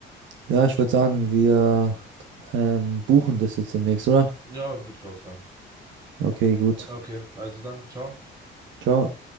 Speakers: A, on the right; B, on the right.
A: Ja, ich würde sagen, wir ähm, buchen das jetzt demnächst, oder?
B: Ja, würde ich auch sagen.
A: Okay, gut.
B: Okay, also dann, ciao.
A: Ciao.